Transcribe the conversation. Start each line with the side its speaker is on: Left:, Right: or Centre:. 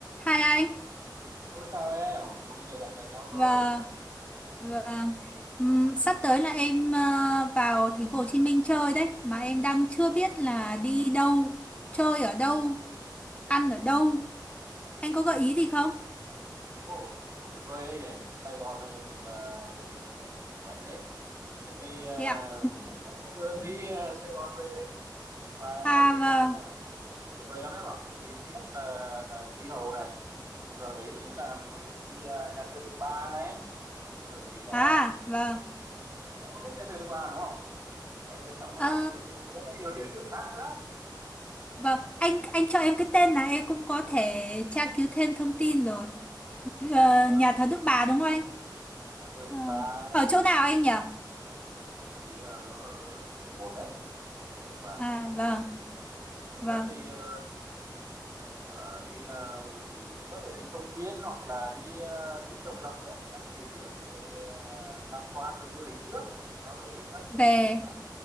Left: Hai anh,
Right: ô chào em, mình lại gặp lại nhau rồi.
Left: vâng, vâng. Ừm, sắp tới là em ờ, vào thành phố Hồ Chí Minh chơi đấy, mà em đang chưa biết là đi đâu, chơi ở đâu, ăn ở đâu. Anh có gợi ý gì không?
Right: Ồ, tuyệt vời đấy nhỉ. Sài Gòn này đúng là địa điểm ờ, của anh đấy. Cách đây uh,
Left: Thế ạ.
Right: mấy năm anh cũng vừa đi ờ, Sài Gòn về đấy. Và
Left: À
Right: là tuyệt
Left: vâng,
Right: vời lắm em ạ. Tuyệt vời lắm em ạ. Bởi vì thứ nhất là, là khí hậu này. Mình vào đấy là mình có thể đi ờ, nhà thờ Đức Bà này. Rồi thậm chí là
Left: à vâng.
Right: em có biết nhà thờ Đức Bà đúng không? Đấy, rồi xong rồi
Left: Ờ,
Right: là mình có thể đi rất là nhiều địa điểm khác nữa.
Left: vâng, anh anh cho em cái tên là em cũng có thể tra cứu thêm thông tin rồi. Ờ,
Right: Đúng rồi,
Left: nhà thờ Đức Bà đúng không anh?
Right: nhà thờ Đức
Left: Ờ,
Right: Bà này.
Left: ở chỗ nào anh nhỉ?
Right: Anh nghĩ là nó ở quận một đấy. Thờ Đức Bà
Left: À
Right: quận một
Left: vâng,
Right: đấy. Rồi
Left: vâng.
Right: các cái ờ, Ờ, như là mình có thể đi công viên hoặc là đi ờ, dinh độc lập đấy các cái địa điểm về ờ, tham quan về du lịch trước sau đấy các
Left: Về
Right: cái địa điểm ăn